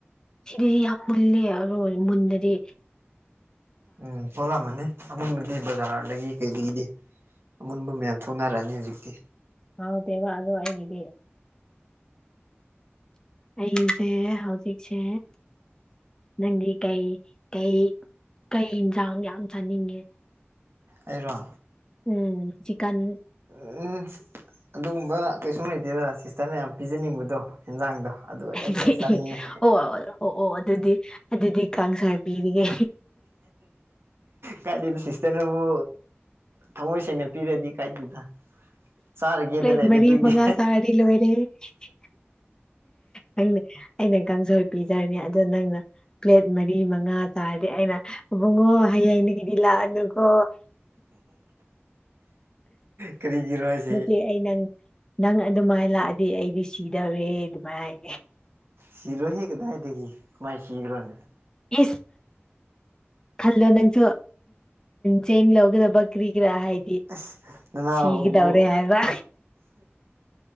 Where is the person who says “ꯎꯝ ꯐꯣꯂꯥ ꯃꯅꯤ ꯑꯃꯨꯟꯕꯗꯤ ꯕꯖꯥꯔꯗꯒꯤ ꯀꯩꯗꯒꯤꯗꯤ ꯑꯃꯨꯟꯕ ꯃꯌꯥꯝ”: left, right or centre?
Right